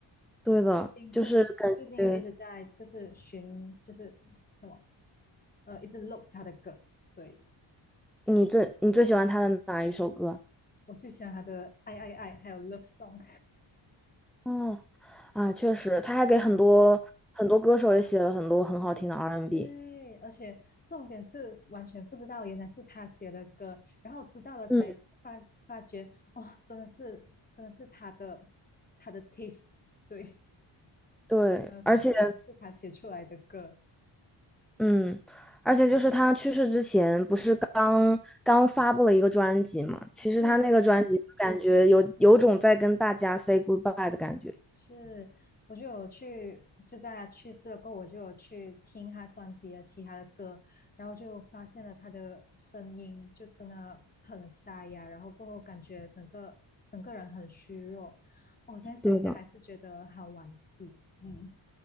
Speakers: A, in the centre; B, on the left.
A: 对的，
B: 最近不最近有一直在就是寻就是
A: 就是感觉
B: 什么呃一直 look 他的歌，对
A: 你最你最喜欢他的哪一首歌？
B: 我最喜欢他的爱爱爱，还有 love song。
A: 哦，啊，确实，他还给很多很多歌手也写了很多很好听的
B: <laughs>
A: R&B
B: 对，而且重点是完全不知道原来是他写的歌，然后知道了才发发觉，
A: n。嗯，
B: 哦，真的是真的是他的他的 taste，对，
A: 对，
B: 就真的是完全是他写出来的歌。
A: 而且嗯，而且就是他去世之前不是刚刚发布了一个专辑嘛？其实他那个专辑感觉有有种在跟大家
B: 对。
A: say goodbye 的感觉。
B: 是，我就有去，就在他去世了过后，我就有去听他专辑的其他的歌，然后就发现了他的声音就真的很沙哑，然后过后感觉整个整个人很虚弱，我现在想起来还是觉得好惋惜。
A: 对的。
B: 嗯